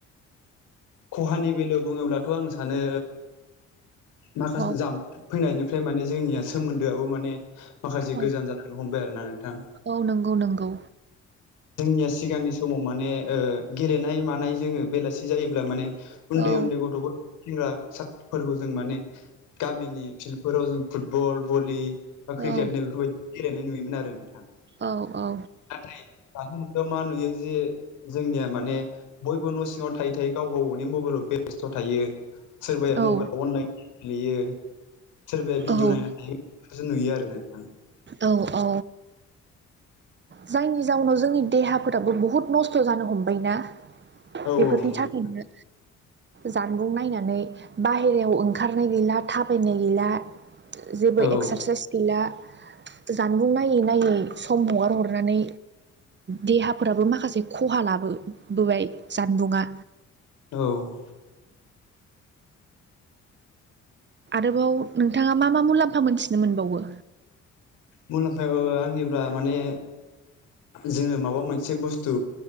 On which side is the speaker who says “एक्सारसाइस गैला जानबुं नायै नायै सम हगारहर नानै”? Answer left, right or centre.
Right